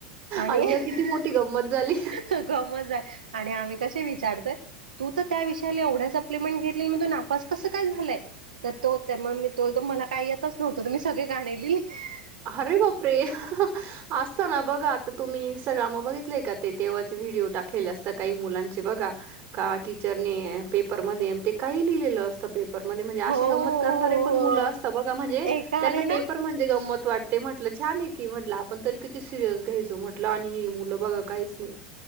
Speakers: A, on the right; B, on the right.
A: आणि
B: अय्या!
A: <unintelligible> <unintelligible>
B: किती मोठी गंमत झाली.
A: आहे आणि आम्ही कसे विचारतोय. तू तर त्या विषयाला एवढ्या सप्लिमेंट घेतली मग तू नापास कसं काय झालंय. तर तो त्या <unintelligible> मला काय येतच नव्हतं मी सगळी गाणे लिहिले <unintelligible>
B: अरे बापरे हा हा हा असता ना बघा आता तुम्ही इंस्टाग्रामवर बघितलेय का ते तेव्हाचे व्हिडिओ टाकलेले असत काही मुलांचे बघा का टीचरने पेपरमध्येध्ये ते काही लिहिलेलं. असता पेपर मध्ये म्हणजे अशे
A: हो हो
B: गमंत करणारे
A: हो
B: पण
A: हो
B: मुलं असता बघा म्हणजे
A: एकाने
B: ज्यांना
A: ना
B: पेपर म्हणजे गमंत वाटते म्हटलं छान आहे की म्हटलं आपण तरी किती <inaudible> सिरियस घ्यायचो म्हटलं आणि ही मुलं बघा काहीच नाही.